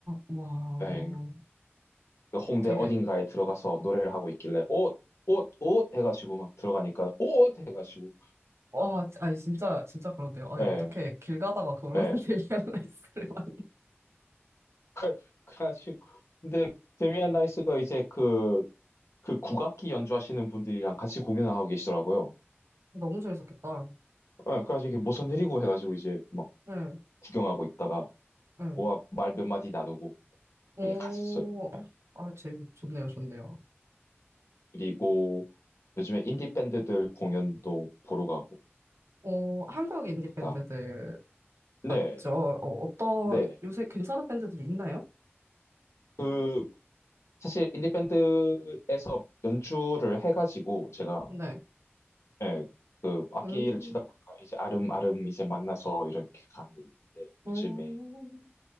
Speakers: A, on the right (about 80°); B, on the left (about 80°).
A: 와.
B: 예, 그 홍대
A: 되게
B: 어딘가에 들어가서 노래를 하고 있길래 옷, 옷, 옷 해가지고 막 들어가니까 옷 해가지고
A: 와, 아니, 진짜, 진짜 그런데요. 아니,
B: 예,
A: 어떻게 길 가다가 그런
B: 예.
A: <laughs> 데이안 라이스를 만나.
B: 그래- 그래가지고 근데 데미안 라이스가 이제 그, 그 국악기 연주하시는 분들이랑 같이 공연을 하고 계시더라고요.
A: 너무 재밌었겠다.
B: 예, 그래가지고 이게 무슨 일이고 해가지고 이제 막
A: 네,
B: 구경하고 있다가
A: 네.
B: 모아 말 몇 마디 나누고
A: 오,
B: 그렇게 갔었어요.
A: 아, 재밌, 좋네요, 좋네요.
B: 그리고 요즘에 인디 밴드들 공연도 보러 가고
A: 어, 한국 인디
B: 갔다.
A: 밴드들 맞죠?
B: 네네
A: 어, 어떤,
B: 네네.
A: 요새 괜찮은 밴드들이 있나요?
B: 그 사실 인디 밴드에서 연주를 해가지고 제가
A: 네.
B: 예, 그 악기를
A: 음,
B: 치다 보니까 이제 아름아름 이제 만나서 이렇게 가는 데 있는데
A: 음,
B: 요즘에